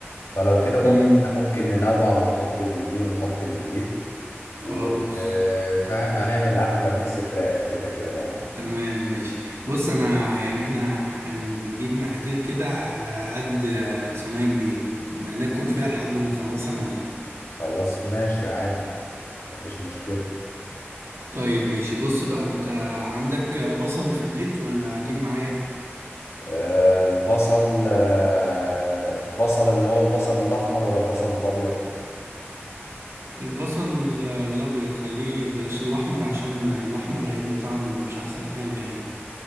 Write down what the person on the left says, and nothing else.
فلو كده برضو
احنا ممكن ننوع ونحط من دي ونحط من دي و...
آه، فاهم هنعمل احلى ميكس فراخ كده كده يعني
خلاص ماشي عادي مفيش مشكلة
آه، البصل آه، بصل اللي هو البصل الاحمر ولا البصل الابيض